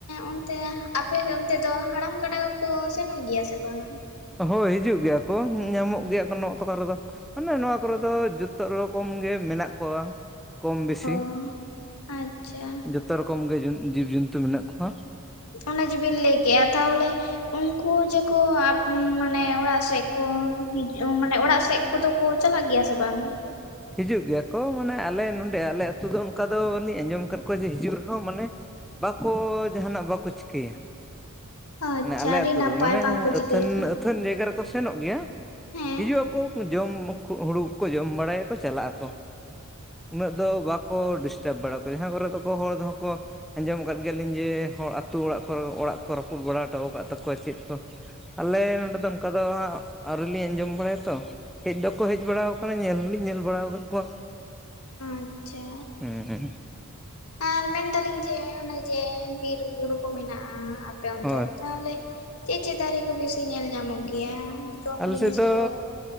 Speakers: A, on the left (about 75°); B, in the centre.
A: ᱚᱱᱛᱮᱼᱼ ᱟᱯᱮ ᱫᱚ ᱚᱱᱛᱮ ᱫᱚ ᱦᱟᱲᱟᱢ ᱠᱟᱰᱟ ᱠᱚᱠᱚ ᱥᱮᱱᱚᱜ ᱜᱮᱭᱟ ᱥᱮ ᱵᱟᱝ?
B: ᱦᱳᱭ ᱦᱤᱡᱩᱜ ᱜᱮᱭᱟ ᱠᱚ ᱧᱟᱢᱚᱜ ᱜᱮᱭᱟ ᱠᱚ ᱱᱚᱜ ᱯᱟᱦᱴᱟ ᱨᱮᱫᱚ᱾ ᱢᱟᱱᱮ ᱱᱚᱣᱟ ᱠᱚᱨᱮ ᱫᱚ ᱡᱚᱛᱚ ᱨᱚᱠᱚᱢ ᱜᱮ ᱢᱮᱱᱟᱜ ᱠᱚᱣᱟ ᱠᱚᱢ ᱵᱮᱥᱤ᱾
A: ᱚ ᱟᱪᱷᱟ᱾
B: ᱡᱚᱛᱚ ᱨᱚᱠᱚᱢ ᱜᱮ ᱡᱤᱵᱽ ᱡᱚᱱᱛᱩ ᱢᱮᱱᱟᱜ ᱠᱚᱣᱟ᱾
A: ᱚᱱᱟ ᱡᱤᱵᱤᱱ ᱞᱟᱹᱭ ᱠᱮᱜᱼᱟ ᱛᱟᱦᱚᱞᱮ ᱩᱱᱠᱩ ᱡᱮᱠᱚ ᱢᱟᱱᱮ ᱚᱲᱟᱜ ᱥᱮᱫᱼᱼ ᱠᱚ ᱦᱤᱡᱩᱜ ᱢᱟᱱᱮ ᱚᱲᱟᱜ ᱥᱮᱫ ᱠᱚᱫᱚ ᱠᱚ ᱪᱟᱞᱟᱜ ᱜᱮᱭᱟ ᱥᱮ ᱵᱟᱝ?
B: ᱦᱤᱡᱩᱜ ᱜᱮᱭᱟ ᱠᱚ ᱢᱟᱱᱮ ᱟᱞᱮ ᱱᱚᱸᱰᱮ ᱟᱞᱮ ᱟᱹᱛᱩ ᱫᱚ ᱚᱱᱠᱟ ᱫᱚᱞᱤᱧ ᱟᱸᱡᱚᱢ ᱟᱠᱟᱫ ᱠᱚᱣᱟ ᱡᱮ ᱦᱤᱡᱩᱜ ᱨᱮᱦᱚᱸ ᱢᱟᱱᱮᱼᱼ ᱵᱟᱠᱚ ᱡᱟᱦᱟᱱᱟᱜ ᱵᱟᱠᱚ ᱪᱤᱠᱟᱹᱭᱟ᱾
A: ᱟᱪᱪᱷᱟ
B: ᱢᱟᱱᱮ ᱟᱞᱮ
A: ᱟᱹᱰᱤ
B: ᱟᱹᱛᱩ
A: ᱱᱟᱯᱟᱭ
B: ᱨᱮᱫᱚ ᱢᱟᱱᱮ
A: ᱵᱟᱝᱠᱚ ᱪᱤᱠᱟᱹ
B: ᱟᱹᱛᱟᱹᱱᱼᱼ
A: ᱞᱮᱠᱷᱟᱱ᱾
B: ᱟᱹᱠᱷᱟᱹᱱ ᱡᱟᱭᱜᱟ ᱨᱮᱠᱚ ᱥᱮᱱᱚᱜ ᱜᱮᱭᱟ
A: ᱦᱮᱸ
B: ᱦᱤᱡᱩᱜ ᱟᱠᱚ ᱡᱚᱢ ᱦᱩᱲᱩ ᱠᱚ ᱡᱚᱢ ᱵᱟᱲᱟᱭᱟᱠᱚᱼᱼ ᱠᱚ ᱪᱟᱞᱟᱜ ᱟᱠᱚ ᱩᱱᱟᱹᱜ ᱫᱚ ᱵᱟᱠᱚ ᱰᱤᱥᱴᱟᱵᱽ ᱵᱟᱲᱟ ᱠᱚ, ᱡᱟᱦᱟᱸ ᱠᱚᱨᱮ ᱫᱚᱠᱚ ᱦᱚᱲ ᱫᱚᱦᱚᱸ ᱠᱚᱼᱼ ᱟᱸᱡᱚᱢ ᱟᱠᱟᱫ ᱜᱮᱭᱟᱹᱞᱤᱧ ᱡᱮ ᱦᱚᱲ ᱟᱹᱛᱩ ᱚᱲᱟᱜ ᱠᱚᱨᱮ ᱚᱲᱟᱜ ᱠᱚ ᱨᱟᱹᱯᱩᱫ ᱵᱟᱲᱟ ᱦᱚᱴᱚ ᱟᱠᱟᱜ ᱛᱟᱠᱚᱣᱟ ᱪᱮᱫ ᱠᱚ᱾ ᱟᱞᱮ ᱱᱚᱰᱮ ᱫᱚ ᱚᱱᱠᱟ ᱫᱚ ᱦᱟᱸᱜ ᱟᱹᱣᱨᱤᱞᱤᱧ ᱟᱸᱡᱚᱢ ᱵᱟᱲᱟᱭᱟ ᱛᱚ᱾ ᱦᱮᱡ ᱫᱚᱠᱚ ᱦᱮᱡ ᱵᱟᱲᱟᱣᱟᱠᱟᱱᱟ ᱧᱮᱞ ᱦᱚᱞᱤᱧ ᱧᱮᱞ ᱵᱟᱲᱟ ᱟᱠᱟᱫ ᱠᱚᱣᱟ᱾
A: ᱟᱪᱷᱟ,
B: ᱦᱮᱸ
A: ᱟᱨ ᱢᱮᱱᱮᱫᱟᱞᱤᱧ ᱡᱮᱼᱼ ᱡᱮ ᱵᱤᱨ ᱵᱩᱨᱩ ᱠᱚ ᱢᱮᱱᱟᱜᱼᱟ ᱟᱯᱮ ᱚᱱᱛᱮ
B: ᱦᱳᱭ
A: ᱛᱟᱦᱚᱞᱮᱼᱼ ᱪᱮᱫ-ᱪᱮᱫ ᱫᱟᱨᱮ ᱠᱚ ᱵᱤᱥᱤ ᱧᱮᱞ ᱧᱟᱢᱚᱜ ᱜᱮᱭᱟ? ᱡᱚᱢ
B: ᱟᱞᱮ
A: ᱡᱤᱱᱤᱥ
B: ᱥᱮᱫ ᱫᱚ
A: ᱠᱚ?